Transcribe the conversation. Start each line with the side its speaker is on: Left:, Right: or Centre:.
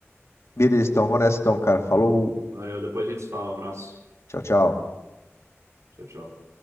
Left: Beleza, então, vou nessa
Right: Depois-
Left: então, cara. Falou,
Right: Valeu, depois a gente se fala, um abraço.
Left: tchau, tchau.
Right: Tchau, tchau.